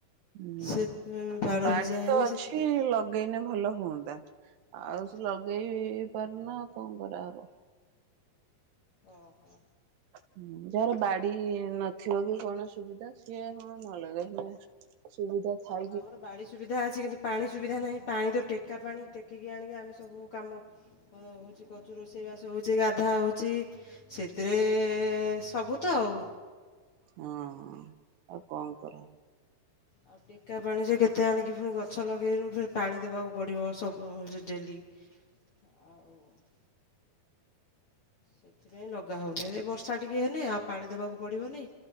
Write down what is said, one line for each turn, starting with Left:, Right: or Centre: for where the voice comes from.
Right: ହୁଁ
Left: ସେଥିପାଇଁ ବାଡ଼
Right: ହଁ ବାଡି
Left: ବୁଜା ହେଇନି
Right: ତ ଅଛି
Left: ସେଥିପାଇଁ
Right: ଲ ଲଗେଇନେ ଭଲ ହୁଅନ୍ତା
Left: ହଁ
Right: ଆଉ ସେ ଲଗେଇ ପାରୁନ ଆଉ କଣ କରାହବ।
Left: ଓହୋ।
Right: ହୁଁ ଯାହାର ବାଡି ନଥିବ କି କଣ ସୁବିଧା ସିଏ ହଁ ନ ଲଗେଇ ଲେ। ସୁବିଧା ଥା
Left: ଆମର ବାଡି ସୁବିଧା ଅଛି କିନ୍ତୁ ପାଣି ସୁବିଧା ନାହିଁ ପାଣି ତ ଟେକା ପାଣି ଟ ଆକିକି ଆଣିକି ଆମେ ସବୁ କାମ ହେଉଛି କରଛୁ ରୋଷେଇବାସ ହେଉଛି ଗାଧା ଦୋଉଛ। ସେଥିରେ ସବୁ ତ ଆଉ
Right: ହଁ ଆଉ କଣ କର
Left: ଅପ୍। ଟେକା ପାଣିରେ କେତେ ଆଣିକି ପୁଣି ଗଛ ଲଗେଇନୁ ଫ ପାଣି ଦେବାକୁ ପଡ଼ିବ ସବୁ ଡେଲି,। ଆଉ ସେଥିପାଇଁ ଲଗା ହଉନି ଦେ ବର୍ଷା ଟିକେ ହେନି ଆଉ ପାଣି ଦବାକୁ ପଡିବନି